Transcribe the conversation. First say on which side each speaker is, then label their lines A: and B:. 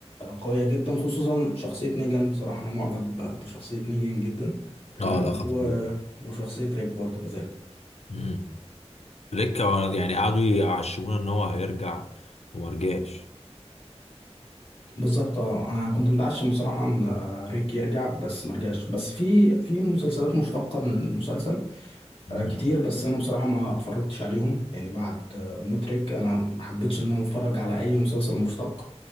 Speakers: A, on the left; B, on the left.
A: قويه جدا خصوصا شخصيه نيجان بصراحه انا معجب بشخصيه نيجان جدا تمام
B: اه لا خطير
A: و... وشخصيه ريك برضو كذلك
B: امم ريكا وأنا- يعني قعدوا يعشمونا ان هو هيرجع وما رجعش
A: بالظبط اه انا كنت متعشم بصراحه ان آه، ريك يرجع بس ما رجعش بس في في مسلسلات مشتقه من المسلسل
B: امم
A: آه، كتير بس انا بصراحه ما اتفرجتش عليهم يعني بعد آه، مترك انا ما حبيتش ان انا اتفرج على اي مسلسل مشتق